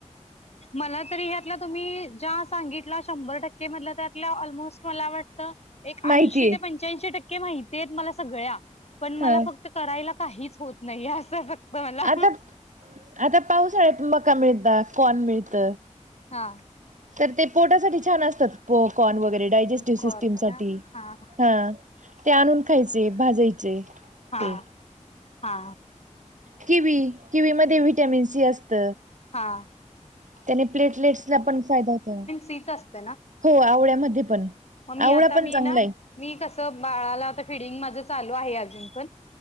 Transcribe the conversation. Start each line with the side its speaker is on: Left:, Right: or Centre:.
Left: मला तरी ह्यातला तुम्ही ज्या सांगितला शंभर टक्के त्यात अलमोस्ट मला वाटत एक
Right: माहितीय
Left: ऐशि ते पंच्या टक्के माहिती म सगळ्या पण मला
Right: हा
Left: फक्त करायला काहीच होत नाही असं फक्त मला
Right: आता आता पावसाळ्या तुम् का मिळता कोॉन मिळत
Left: हा
Right: तर ते पोटासाठी छान असतात पकॉर्न वगैरे डायजेस्टिव्ह
Left: कॉर्न
Right: सिस्टीम साठी
Left: ना हा
Right: हा ते आणून खायचे भाजायचे
Left: हा
Right: ते
Left: हा
Right: किवी किवी मध्ये वि्हटॅमिन सी असत
Left: हा
Right: त्याने प्लेटलेट्स ला पण फायदा होत
Left: तिच असतं ना
Right: हो आवळ्यामध्ये पण
Left: मग मी
Right: आवळा
Left: आता
Right: पण
Left: मी
Right: चांगला
Left: ना
Right: आहे
Left: मी कसं बाळाला आता फिडिंग माझं चालू आहे अजून पण